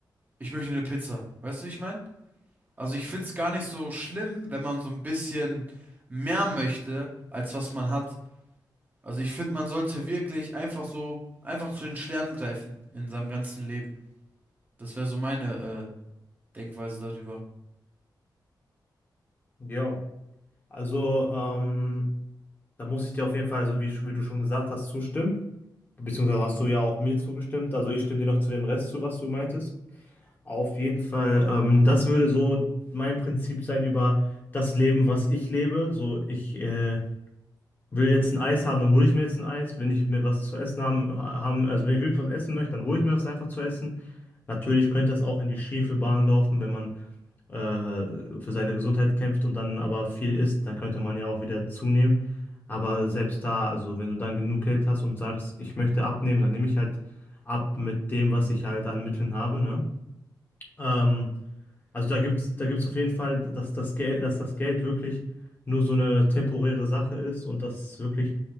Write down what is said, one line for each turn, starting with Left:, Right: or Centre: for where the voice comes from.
Right: ich möchte eine Pizza. Weißt du, wie ich meine? Also ich finde es gar nicht so schlimm, wenn man so ein bisschen mehr möchte, als was man hat. Also ich finde, man sollte wirklich einfach so, einfach zu den Sternen greifen in seinem ganzen Leben. Das wäre so meine äh, Denkweise darüber.
Left: Ja. Also, ähm, da muss ich dir auf jeden Fall, also wie, wie du schon gesagt hast, zustimmen. Beziehungsweise hast du ja auch mir zugestimmt. Also ich stimme dir noch zu dem Rest zu, was du meintest. Auf jeden Fall, ähm, das würde so mein Prinzip sein über das Leben, was ich lebe. So, ich äh, will jetzt ein Eis haben, dann hole ich mir jetzt ein Eis. Wenn ich mir was zu essen haben, äh, haben, also wenn ich wirklich was essen möchte, dann hole ich mir was einfach zu essen. Natürlich könnte das auch in die schiefe Bahn laufen, wenn man äh, für seine Gesundheit kämpft und dann aber viel isst, dann könnte man ja auch wieder zunehmen. Aber selbst da, also wenn du dann genug Geld hast und sagst, ich möchte abnehmen, dann nehme ich halt ab mit dem, was ich halt an Mitteln habe, ne? Ähm, also da gibt's, da gibt's auf jeden Fall, dass das Geld, dass das Geld wirklich nur so eine temporäre Sache ist und das wirklich